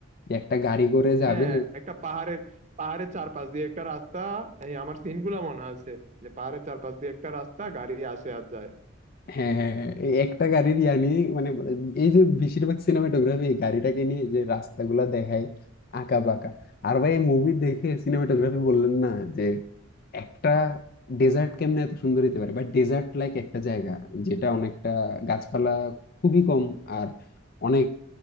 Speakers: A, on the left; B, on the right.
A: যে একটা গাড়ি করে যাবে
B: হ্যাঁ একটা পাহাড়ের পাহাড়ের চারপাশ দিয়ে একটা রাস্তা এই আমার সিন গুলা মনে আছে যে পাহাড়ের চারপাশ দিয়ে একটা রাস্তা গাড়ি আসে আর যায়
A: হ্যাঁ হ্যাঁ হ্যাঁ এই একটা গাড়ির ইয়ানি মানে এই যে বেশিরভাগ সিনেমাটোগ্রাফি এই গাড়িটাকে নিয়ে যে রাস্তাগুলা দেখায় আঁকা বাঁকা আর ভাই মুভি দেখে সিনেমাটোগ্রাফি বললেন না যে একটা ডেজার্ট কেমনে এত সুন্দর হতে পারে বা ডেজার্ট লাইক একটা জায়গা যেটা অনেকটা গাছপালা খুবই কম আর অনেক